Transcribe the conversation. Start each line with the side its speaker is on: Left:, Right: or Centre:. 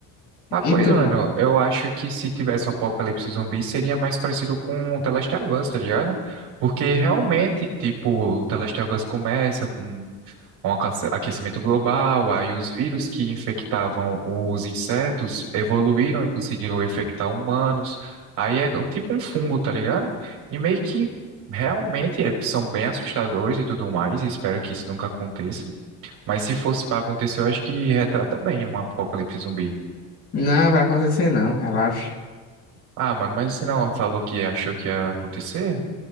Right: Ah, pois,
Left: E tu,
Right: mano,
Left: mano?
Right: eu acho que se tivesse um apocalipse zumbi seria mais parecido com The Last of Us, tá ligado? Porque realmente, tipo, The Last of Us começa com um aquece- aquecimento global, aí os vírus que infectavam os insetos evoluíram e conseguiram infectar humanos. Aí é um- tipo um fungo, tá ligado? E meio que realmente é- são bem assustadores e tudo mais, e espero que isso nunca aconteça. Mas se fosse pra acontecer, eu acho que retrata bem um apocalipse zumbi.
Left: Não, vai acontecer não, relaxa.
Right: Ah, mano, mas você não falou que achou que ia acontecer?